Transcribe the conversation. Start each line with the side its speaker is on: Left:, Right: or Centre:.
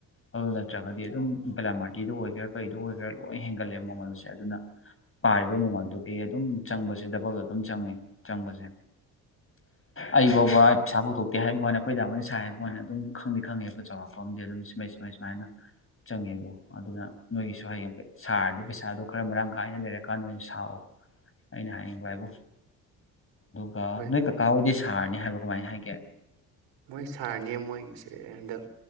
Left: ꯑꯗꯨ ꯅꯠꯇ꯭ꯔꯒꯗꯤ ꯑꯗꯨꯝ ꯕꯦꯂꯥꯃꯥꯔꯇꯤꯗ ꯑꯣꯏꯒꯦꯔꯥ ꯀꯩꯗ ꯑꯣꯏꯒꯦꯔꯥ ꯂꯣꯏ ꯍꯦꯟꯒꯠꯂꯦꯕ ꯃꯃꯜꯁꯦ ꯑꯗꯨꯅ ꯄꯥꯔꯤꯕ ꯃꯃꯜꯗꯨꯒꯤ ꯑꯗꯨꯝ ꯆꯪꯕꯁꯦ ꯗꯕꯜꯗ ꯑꯗꯨꯝ ꯆꯪꯉꯦ ꯆꯪꯕꯁꯦ ꯑꯩ ꯐꯥꯎꯕ ꯑꯩ ꯄꯩꯁꯥ ꯄꯨꯊꯣꯛꯇꯦ ꯍꯥꯏꯕ ꯍꯥꯏꯅ ꯑꯩꯈꯣꯏ ꯗꯥ ꯍꯅ ꯁꯥꯏ ꯍꯥꯏꯕꯨ ꯍꯥꯏꯅ ꯑꯗꯨꯝ ꯈꯪꯗꯤ ꯈꯪꯉꯦꯕ ꯆꯥꯎꯔꯥꯛꯄ ꯑ ꯑꯃꯗꯤ ꯑꯗꯨꯝ ꯁꯨꯃꯥꯏ ꯁꯨꯃꯥꯏ ꯁꯨꯃꯥꯏꯅ ꯆꯪꯉꯦꯕꯨ ꯑꯗꯨꯅ ꯅꯣꯏꯒꯤꯁꯨ ꯍꯌꯦꯡ ꯁꯥꯔꯗꯤ ꯄꯩꯁꯥꯗꯣ ꯈꯔ ꯃꯔꯥꯡ ꯀꯥꯏꯅ ꯂꯩꯔꯀꯥꯟꯗ ꯑꯣꯏꯅ ꯁꯥꯑꯣ ꯑꯩꯅ ꯍꯥꯏꯅꯤꯡꯕ ꯍꯥꯏꯕꯨ ꯀ
Right: ꯍꯣꯏ
Left: ꯅꯣꯏ ꯀꯀꯥ ꯍꯣꯏꯗꯤ ꯁꯥꯔꯅꯤ ꯍꯜꯂꯣ ꯀꯃꯥꯏꯅ ꯍꯥꯏꯒꯦ
Right: ꯃꯣꯏ ꯁꯥꯔꯅꯤ ꯃꯣꯏꯒꯤꯁꯦ ꯍꯟꯗꯛ